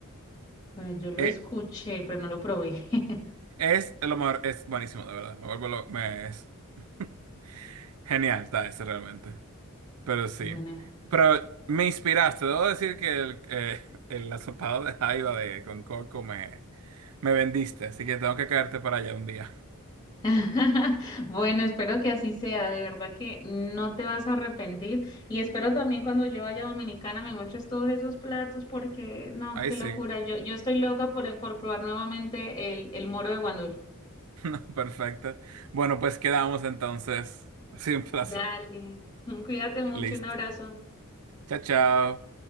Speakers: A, on the left; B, on the right.
A: Bueno, yo lo
B: Eh,
A: escuché, pero no lo probé. <laughs>
B: es lo mejor, es buenísimo, de verdad. Me vuelvo lo- me, es <laughs> genial, está ese realmente. Pero sí.
A: Bueno,
B: Pero me inspiraste. Debo decir que el, eh, <laughs> el asopado de jaiba de con coco me, me vendiste. Así que tengo que caerte para allá un día.
A: <laughs> Bueno, espero que así sea, de verdad que no te vas a arrepentir y espero también cuando yo vaya a Dominicana me muestres todos esos platos porque no,
B: Ahí
A: qué
B: sí.
A: locura, yo, yo estoy loca por, eh, por probar nuevamente el, el moro de Guandul.
B: <laughs> Perfecto. Bueno, pues quedamos entonces. Ha sido un placer.
A: Dale, <laughs> cuídate mucho,
B: Listo.
A: un abrazo.
B: Chao, chao.